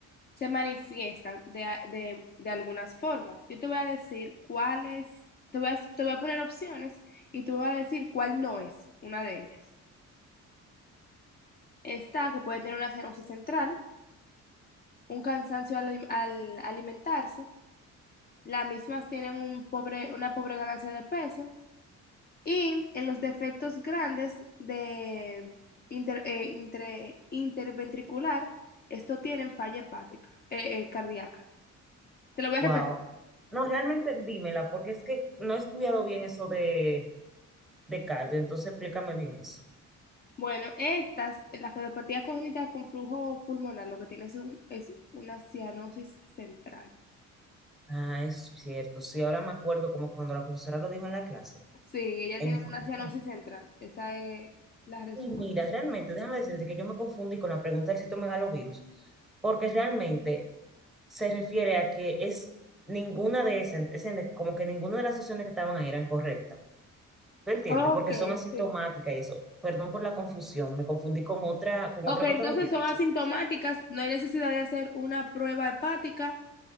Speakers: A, on the left; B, in the centre.
A: se manifiestan de, a- de- de algunas formas. Yo te voy a decir cuáles, te voy a, te voy a poner opciones y tú me vas a decir cuál no es una de ellas. Está que puede tener una cianosis central, un cansancio al, al alimentarse, Las mismas tienen un pobre, una pobre ganancia de peso. Y en los defectos grandes de inter- eh, intre- interventricular, esto tienen falla hepática, eh, eh, cardíaca. Te lo voy a
B: Wow.
A: repetir.
B: No, realmente dímela, porque es que no he estudiado bien eso de, de cardio, entonces explícame bien eso.
A: Bueno, estas, la cardiopatía congénita con flujo pulmonar, lo que tiene es, un- es una cianosis central.
B: Ah, es cierto. Sí, ahora me acuerdo como cuando la profesora lo dijo en la clase.
A: Sí, ella
B: Entonces,
A: tiene una cianosis central. Esa es la respuesta.
B: y mira, realmente, déjame decirte que yo me confundí con la pregunta del citomegalovirus, porque realmente se refiere a que es ninguna de esas, es en- como que ninguna de las opciones que estaban ahí eran correctas. ¿Me entiendes?
A: Ok,
B: Porque son asintomáticas
A: sí.
B: y eso. Perdón por la confusión, me confundí con otra, con
A: Ok,
B: otra
A: entonces
B: patología,
A: son
B: entonces
A: asintomáticas,
B: por eso.
A: no hay necesidad de hacer una prueba hepática.